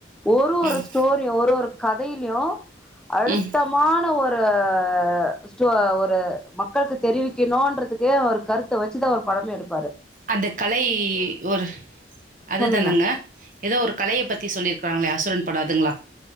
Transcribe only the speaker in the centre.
ஒரு ஒரு
ஸ்டோரியு ஒரு ஒரு கதைய்லியு அழுத்தமான
ஒரு ரு ஸ்டோ ஒரு மக்கள்க்கு தெரிவிக்கனோன்றதுக்கு ஒரு கருத்த வச்சுதா ஒரு படமே எடுப்
சொல்லுங்க